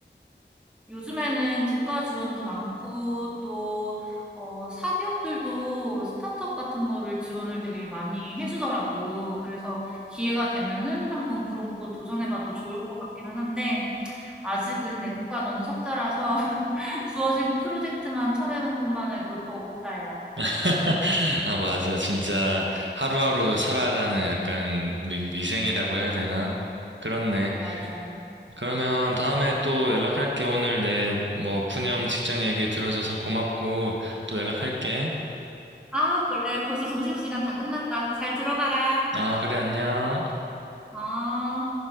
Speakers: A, in the centre; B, on the right (about 85°).
A: 요즘에는 국가 지원도 많고 또 어, 사기업들도 스타트업 같은 거를 지원을 되게 많이 해주더라고. 그래서 기회가 되면은 한번 그런 거 도전해봐도 좋을 것 같기는 한데 아직은 내 코가 너무 석자라서 <laughs> 주어진 프로젝트만 쳐내는 것만 해도 버겁다야.
B: <laughs> 아, 맞아. 진짜 하루하루 살아가는 약간 미, 미생이라고 해야 되나? 그렇네.
A: 맞아.
B: 그러면 다음에 또 연락할게. 오늘 내, 뭐, 푸념 직장 얘기 들어줘서 고맙고, 또 연락할게.
A: 아, 그래. 벌써 점심시간 다 끝났다. 잘 들어가라.
B: 아, 그래, 안녕.
A: 아,